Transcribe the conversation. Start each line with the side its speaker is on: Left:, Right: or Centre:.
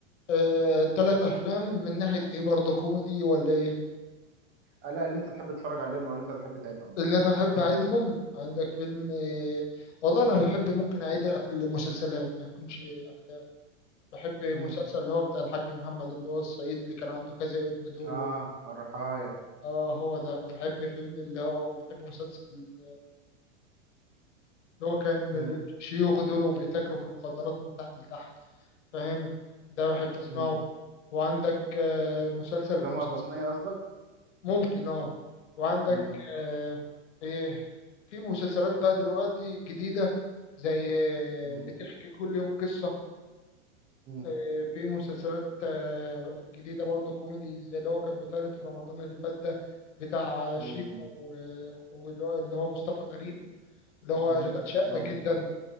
Left: آه، تلات افلام من ناحيه ايه برضو كوميدي ولا ايه
Right: آه لا اللي انت تحب تتفرج عليهم او اللي انت تحب تعيدهم يعني
Left: اللي انا احب اعيدهم عندك فيلم آه، والله انا بحب ممكن اعيد الأف- المسلسلات ما يكونش افلام بحب مسلسل
Right: امم
Left: اللي هو بتاع الحاج محمد اللي هو الصعيدي اللي كان عنده كذا ابن دول
Right: اه
Left: و-
Right: الرحايا
Left: اه هو ده وبحب فيلم اللي هو وبحب مسلسل اللي هو كان
Right: امم
Left: شيوخ دول وبيتاجروا في المخدرات من تحت لتحت فاهم ده بحب اسمعه
Right: امم
Left: وعندك آه، مسلسل
Right: اللي هم
Left: مسلسل-
Right: البطنيه قصدك
Left: ممكن اه وعندك
Right: امم
Left: آه، ايه في مسلسلات بقى دلوقتي جديدة زي
Right: امم
Left: آه، بتحكي كل يوم قصة
Right: امم
Left: آه، في مسلسلات آه، جديدة برضه كوميدي زي اللي هو كان بيتعرض في رمضان اللي فات ده بتاع
Right: امم
Left: شيكو و- واللي هو اللي هو مصطفى غريب اللي هو
Right: امم
Left: شغال شقة
Right: جامد
Left: جدا
Right: ده